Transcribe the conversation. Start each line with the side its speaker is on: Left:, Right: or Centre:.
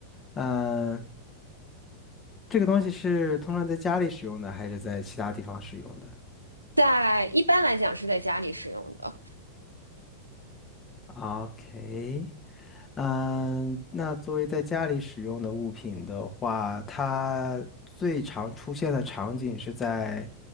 Left: 嗯，这个东西是通常在家里使用的，还是在其他地方使用的
Right: 在一般来讲是在家里使用的，
Left: ？OK，嗯，那作为在家里使用的物品的话，它最常出现的场景是在